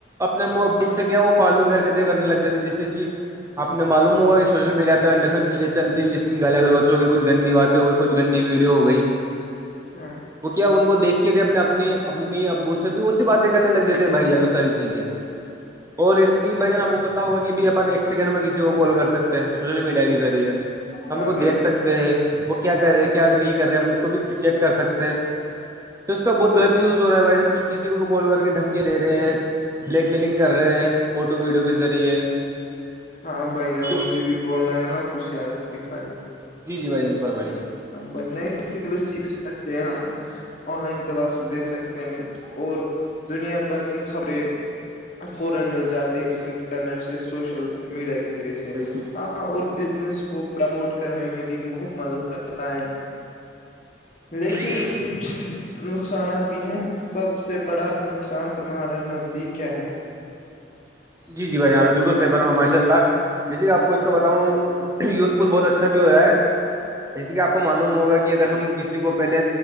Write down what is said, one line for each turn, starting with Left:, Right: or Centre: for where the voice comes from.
Right: اپنے م ابوت سے کیا وہ فالتو گرکتیں کرنے لگ جاتی جیسے کہ آپ نے معلوم ہوگا اس سوشل میڈ پہ انڈر ہم چیزیں چلتیئی جیس کہ گلا گلوچ ہو گ کچھ گندی بات ہو گئی کچ گی ویڈیو ہو گئی <inaudible>
Left: ہاں
Right: تو کیا ان کو دیکھ کے کہ اپنے اپنی امی ابو سے بھی اسی باتیں کرنے لگ جاتے ہیں بھائی جانو ساری چیزیں اور اس کی بہان آپ کو پتا ہوا کہ بھی اپ ایک سیکنڈ میں کسی کو کال کر سکتے ہیں سوشل میڈیا کے ذریعے ہم
Left: ہاں
Right: کو دیکھ
Left: بھائی
Right: سکتے وہ کیا کر رہے کیا نہیں کر رہے ہم اس کو بھی چیک کر سکتے ہیں تو اس کا بہت غط یوز ہو رہا ہے بھائی جان کی کسی کو بھی کال کر کے دھمے دے رہے ہیں بلیک میلنگ کر رہے ہیں فوٹو ویڈیو کے ذریعے
Left: ہاں بھائی اب
Right: تو
Left: مجھے بھی بولنا ہے نا کچھ یار کی خالی
Right: جی جی بھائی ج فرمائیے
Left: ب نہیں اس سے سیکھ سکتے ہیں ہم <inaudible> آن لائن کلاسز دے سکتے ہیں اور دنیا بھر کی خبریں ا جائے گا فورا مل جاتے ہیں اس ٹینٹ سے سوشل <inaudible> میڈیا کے ذریعے سے
Right: پروموٹ
Left: ہاں اور بزنس کو پرموٹ کرنے میں بھی بہت مدد کر ہوتا ہے لیکن
Right: ضرورت
Left: کچھ
Right: ہے
Left: نقصانات بھی ہیں سب سے بڑا نقصان تمہارا نزدیک کیا ہے
Right: جی جی بھائیاں بالکل سفر میں ماشاء اللہ جیے کہ آپ کو اس کا ب ہوں یوز فل بہت اچھا بھی ہو رہا ہے اسی کہ آپ معلوم ہوگا کہ اگر ہم کسی کو پہلے